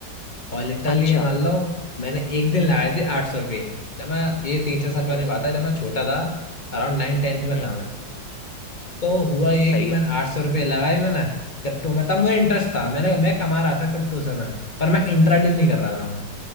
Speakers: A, on the left; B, on the left.
A: और लिटरली
B: अच्छा
A: ये मान लो मैंने एक दिन लगाए थे आठ सौ रुपये जब मैं ये तीन चार साल पहले
B: हम्म
A: की बात है जब मैं छोटा था अराउंड नाइन टेंथ में
B: हम्म
A: था मैं तो हुआ ये
B: सही
A: कि मैंने
B: है
A: आठ सौ रुपये लगाए मैंने क्रिप्टो में तब मुझे इंटरेस्ट था मैंने मैं कमा रहा था क्रिप्टो से मैं पर मैं इंट्राडे नहीं कर रहा था मैं